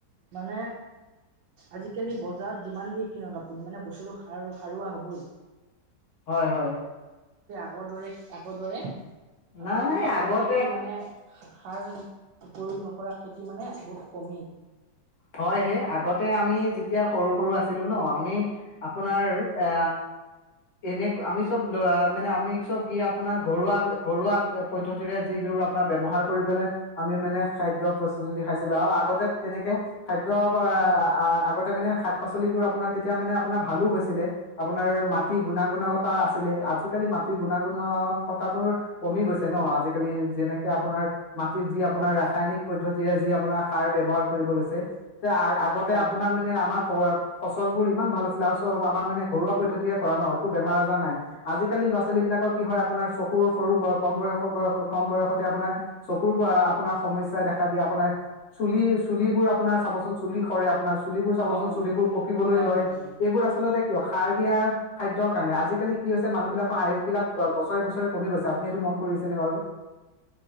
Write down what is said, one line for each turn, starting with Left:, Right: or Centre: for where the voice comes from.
Right: মানে আজিকালি বজাৰত যিমান দেৰি কিনক আপুনি মানে বস্তুটো সাৰ সাৰুৱা হ'বই।
Left: হয় হয়।
Right: এক দৰে একো দৰে। আপোনাৰ
Left: নাই
Right: ভাল
Left: আগতে
Right: খেতি মানে সাৰ। প্ৰয়োগ নকৰা খেতি মানে বহুত কমি।
Left: হয় সেই আগতে আমি যেতিয়া সৰু সৰু আছিলো ন। আমি আপোনাৰ এ এনে আমি চব মানে আমি চব কি আপোনাৰ ঘৰুৱা ঘৰুৱা পদ্ধতিৰে য বিু আপোনাৰ ব্য্ৱহাৰ কৰি পেলাই আমি মানে খাদ্যৰ প্ৰস্তুতি খাইছিলো আৰু আগতে তেনেকে। খাদ্য আগতে
Right: হয়
Left: মানে। শাক পাচলিবোৰ আপোনাৰ তেতিয়া মানে আপোনাৰ ভালো হৈছিলে। আপোনাৰ মাটি গুণাগুণাগতা আছিলে আজিকালি মাটিৰ গুণাগুণতা কমি গৈছে। ন আজিকালি যেনেকে আপোনাৰ। মাটিৰ যি আপোনাৰ
Right: হয়
Left: ৰাসায়নিক পদ্ধতি। যি আপোনাৰ সাৰ ব্যৱহাৰ কৰিব লৈছে। তে আগতে
Right: হয়
Left: আপোনাৰ
Right: হয়।
Left: মানে আমাৰ। ফচলবোৰ ইমান ভাল আছিলে। আৰু চ আমাৰ মানে ঘৰুৱা পদ্ধতিয়ে কৰা ন একো বেমাৰ আজাৰ নাই আজিকালি ল'ৰা ছোৱালী বিলাকৰ কি হয় আপোনাৰ চকুৰ সৰু বয় কম বয়স বয়স কম বয়সতে আপোনাৰ চকুৰ ব আপোনাৰ সমস্যাই দেখা দিয়ে। আপোনাৰ চুলি চুলিবোৰ আপোনাৰ চাবচোন চুলি সৰে আপোনাৰ। চুলিবোৰ চাবচোন
Right: অ'
Left: চুলিবোৰ
Right: অ'
Left: পকিবলৈ
Right: হয়
Left: লয়
Right: হয় হয়
Left: এইবোৰ আচলতে কিয় সাৰ দিয়া খাদ্যৰ কাৰণে আজিকালি কি হৈছে মানুহবিলাকৰ আয়ু বিলাক বছৰে বছৰে কমি গৈছে। আপুনি এইটো মন কৰিছেনে বাৰু